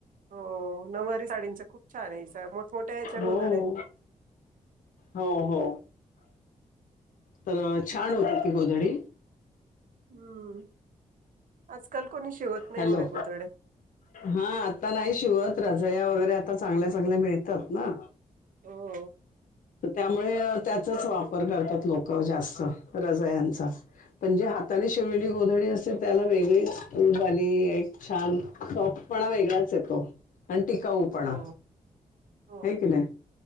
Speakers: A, on the right; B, on the left.
A: हो, नऊवारी साडींच खुप छानये <unintelligible> मोठमोठ्या याच्या
B: हो
A: गोधड्या
B: हो हो. तर छान होती ती गोधडी
A: हम्म आजकाल कोणी शिवत नाही
B: हॅलो.
A: एवढ्या गोधड्या
B: हा आता नाही शिवत रजया वगैरे आता चांगल्या-चांगल्या मिळतात ना
A: हो
B: त्या मुळे त्याचाच वापर करतात लोक जास्त. रजयांचा पण जे हाताने शिव लेली गोधडी असते. त्याला वेगळीच उब आणि एक छान सॉफ्टपणा वेगळाच येतो आणि टीकाऊ पणा
A: हो हो
B: हे की नाही.